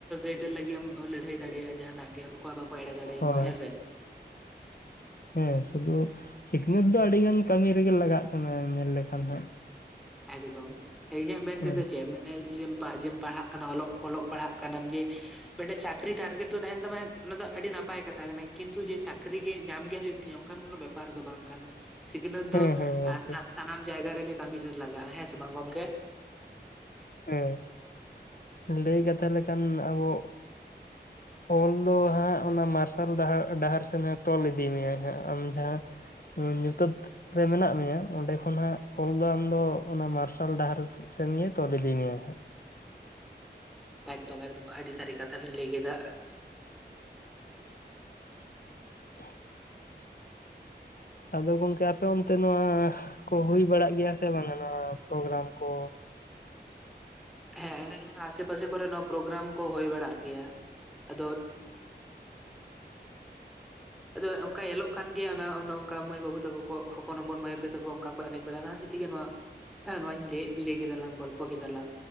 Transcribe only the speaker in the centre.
ᱟᱹᱭᱫᱟᱹᱨ ᱞᱟᱹᱜᱤᱫ ᱮᱢ ᱞᱟᱹᱲᱦᱟᱹᱭ ᱫᱟᱲᱮᱭᱟᱜ-ᱟ ᱡᱟᱦᱟᱸ ᱱᱟᱜ ᱜᱮ ᱚᱠᱚᱭ ᱦᱚᱸ ᱵᱟᱠᱚ ᱮᱲᱮ ᱫᱟᱲᱮᱭᱟᱢ
ᱢᱟ ᱦᱮᱸ ᱥᱮ
ᱮᱠᱫᱚᱢ ᱠᱤ ᱤᱧᱟᱜ ᱢᱮᱱ
ᱛᱮ ᱫᱚ ᱪᱮᱫ? ᱡᱮᱢ ᱯᱟᱲᱦᱟᱜ ᱠᱟᱱᱟ ᱚᱞᱚᱜ ᱯᱟᱲᱦᱟᱜ ᱠᱟᱱᱟᱢ ᱡᱮ ᱢᱤᱫᱴᱮᱱ ᱪᱟᱹᱠᱨᱤ ᱴᱟᱨᱜᱮᱴ ᱫᱚ ᱛᱟᱦᱮᱱ ᱛᱟᱢᱟ ᱚᱱᱟ ᱫᱚ ᱟᱹᱰᱤ ᱱᱟᱯᱟᱭ ᱠᱟᱛᱷᱟ ᱠᱟᱱᱟ ᱠᱤᱱᱛᱩ ᱡᱮ ᱪᱟᱹᱠᱨᱤ ᱜᱮ ᱧᱟᱢ ᱜᱮ ᱦᱩᱭᱩᱜ ᱛᱤᱧᱟᱹ ᱚᱱᱠᱟᱱ ᱠᱚᱱᱚ ᱵᱮᱯᱟᱨ ᱫᱚ ᱵᱟᱝ ᱠᱟᱱᱟ᱾ ᱥᱤᱠᱷᱱᱟᱹᱛ
ᱫᱚ
ᱥᱟᱱᱟᱢ ᱡᱟᱭᱜᱟ ᱨᱮ ᱜᱮ ᱠᱟᱹᱢᱤ ᱨᱮ ᱞᱟᱜᱟᱜ-ᱟ ᱦᱮᱸ ᱥᱮ ᱵᱟᱝ ᱜᱚᱢᱠᱮ
<inaudible> ᱮᱠᱫᱚᱢ ᱮᱠᱫᱚᱢ ᱟᱹᱰᱤ ᱥᱟᱹᱨᱤ ᱠᱟᱛᱷᱟ ᱵᱤᱱ ᱞᱟᱹᱭ ᱠᱮᱫᱟ
ᱦᱮᱸ ᱟᱞᱮ ᱱᱚᱜᱼᱱᱚᱣᱟ ᱟᱥᱮ-ᱯᱟᱥᱮ ᱠᱚ ᱨᱮ ᱱᱚᱣᱟ ᱯᱨᱚᱜᱨᱟᱢ ᱠᱚ ᱦᱩᱭ ᱵᱟᱲᱟᱜ ᱜᱮᱭᱟ ᱟᱫᱚ ᱟᱫᱚ ᱚᱱᱠᱟ ᱧᱮᱞᱚᱜ ᱠᱟᱱ ᱜᱮᱭᱟ ᱚᱱᱮ ᱚᱱᱠᱟ ᱢᱟᱹᱭ ᱵᱟᱹᱵᱩ ᱛᱟᱠᱚ ᱠᱚ ᱦᱚᱯᱚᱱ ᱦᱚᱯᱚᱱ ᱢᱟᱹᱭ-ᱵᱟᱹᱵᱩ ᱛᱮ ᱠᱚ ᱚᱱᱠᱟ ᱮᱱᱮᱡ ᱵᱟᱲᱟ ᱮᱱᱟ ᱚᱱᱟ ᱦᱚᱛᱮᱡ ᱛᱮ ᱜᱮ ᱱᱚᱣᱟ ᱦᱮᱸ ᱱᱚᱣᱟᱹᱧ ᱞᱟᱹᱭ ᱠᱮᱫᱟ ᱞᱟᱝ ᱜᱚᱞᱯᱷᱚ ᱠᱮᱫᱟ ᱞᱟᱝ